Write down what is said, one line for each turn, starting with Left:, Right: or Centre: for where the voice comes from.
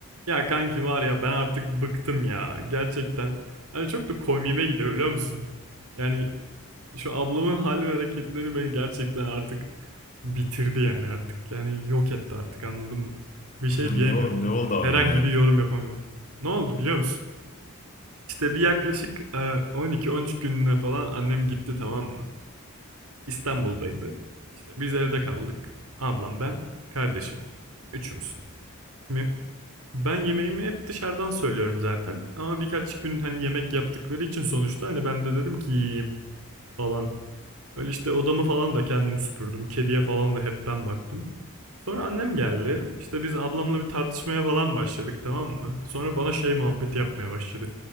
Right: Ya kanki var ya ben artık bıktım ya gerçekten. Hani çok da komiğime gidiyor biliyor musun? Yani şu ablamın hal ve hareketleri beni gerçekten artık bitirdi yani artık. Yani yok etti artık anladın mı? Bir şey
Left: <laughs> Ne
Right: diyemiyorum
Left: oldu, ne
Right: artık.
Left: oldu abi
Right: Herhangi
Left: yine ya?
Right: bir yorum yapamıyorum. Ne oldu biliyor musun? İşte bir yaklaşık e, 12-13 gününe falan annem gitti tamam mı? İstanbul'daydı. İşte biz evde kaldık. Ablam ben, kardeşim. Yani üçümüz. Şimdi ben yemeğimi hep dışarıdan söylüyorum zaten. Ama birkaç gün hani yemek yaptıkları için sonuçta hani ben de dedim ki yiyeyim falan. Öyle işte odamı falan da kendim süpürdüm. Kediye falan da hep ben baktım. Sonra annem geldi. İşte biz ablamla bir tartışmaya falan başladık tamam mı? Sonra bana şey muhabbeti yapmaya başladı.